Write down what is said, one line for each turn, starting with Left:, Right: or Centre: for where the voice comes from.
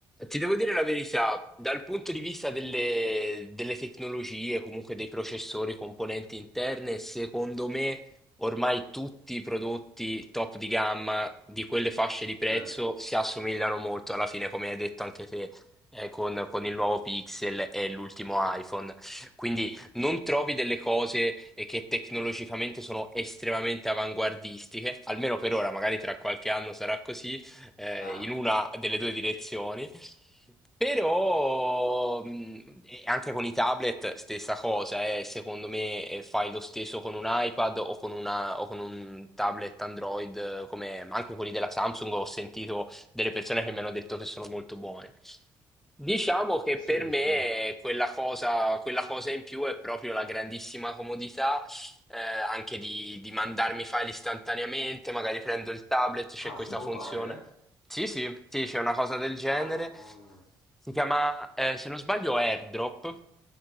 Centre: Ti devo dire la verità, dal punto di vista delle, delle tecnologie, comunque dei processori, componenti interne, secondo me ormai tutti i prodotti top di gamma di quelle fasce di prezzo
Left: Sì,
Centre: si assomigliano molto alla fine, come hai detto anche te, eh, con, con il nuovo Pixel e l'ultimo
Left: sì.
Centre: iPhone. Quindi non trovi delle cose eh, che tecnologicamente sono estremamente avanguardistiche, almeno per ora, magari tra qualche anno sarà così, eh,
Left: Ah,
Centre: in una delle due direzioni. Però mh, e anche con i tablet stessa cosa, eh, secondo me eh, fai lo stesso con un iPad o con, una- o con un tablet Android, eh, come anche quelli della Samsung, ho sentito delle persone che mi hanno detto che sono molto buoni. Diciamo che
Left: sì,
Centre: per me
Left: sì.
Centre: quella cosa, quella cosa in più è proprio la grandissima comodità, eh, anche di, di mandarmi i file istantaneamente, magari prendo il tablet, c'è
Left: Ah,
Centre: questa
Left: si può
Centre: funzione.
Left: fare?
Centre: Sì, sì, sì, c'è una cosa del genere.
Left: Ah, ah.
Centre: Si chiama, eh, se non sbaglio, AirDrop.